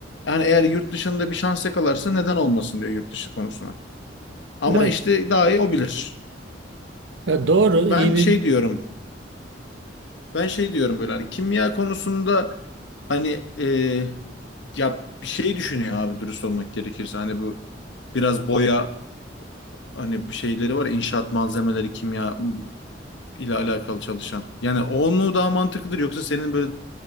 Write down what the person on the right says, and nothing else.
Evet.
Ya doğru,
iyi bir